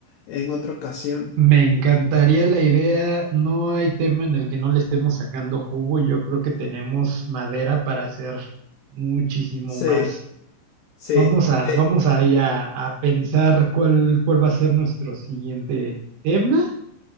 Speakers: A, on the left; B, on the right.
A: en otra ocasión.
B: Me encantaría la idea. No hay tema en el que no le estemos sacando jugo. Yo creo que tenemos madera para hacer muchísimo
A: Sí,
B: más.
A: sí,
B: Vamos
A: de-
B: a, vamos ahí a, a pensar cuál, cuál va a ser nuestro siguiente tema.